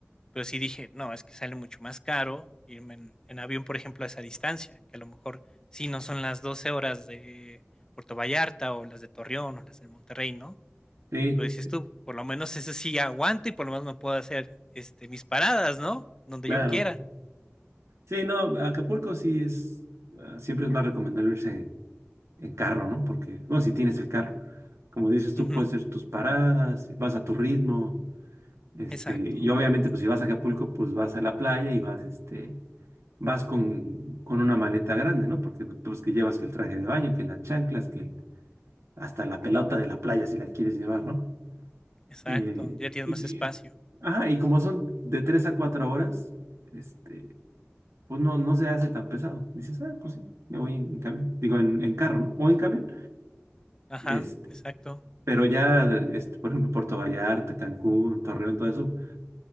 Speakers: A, on the left; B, on the right.
A: Pero sí dije, no, es que sale mucho más caro irme en, en avión, por ejemplo, a esa distancia, que a lo mejor sí no son las 12 horas de Puerto Vallarta o las de Torreón o las de Monterrey, ¿no?
B: Sí,
A: Pero dices
B: sí,
A: tú, por lo menos eso sí aguanto y por lo menos me puedo hacer este, mis paradas, ¿no? Donde
B: claro.
A: yo quiera.
B: Sí, no, Acapulco sí es, ah, siempre es más recomendable irse en carro, ¿no? Porque, bueno, si tienes el carro, como dices tú,
A: Ujú,
B: puedes hacer tus paradas, vas a tu ritmo, este,
A: Exacto,
B: y obviamente pues si vas a Acapulco pues vas a la playa y vas, este vas con, con una maleta grande, ¿no? Porque pues que llevas que el traje de baño, que las chanclas, que el- hasta la pelota de la playa si la quieres llevar, ¿no?
A: exacto.
B: Eh,
A: Ya tienes
B: y,
A: más espacio.
B: y- ajá, y como son de tres a cuatro horas, este, pues no, no se hace tan pesado. Dices, ah, pues sí, me voy en, en camión, digo, en, en carro, ¿no? O en camión,
A: Ajá,
B: este,
A: exacto.
B: pero ya, este, por ejemplo, Puerto Vallarta, Cancún, Torreón, todo eso,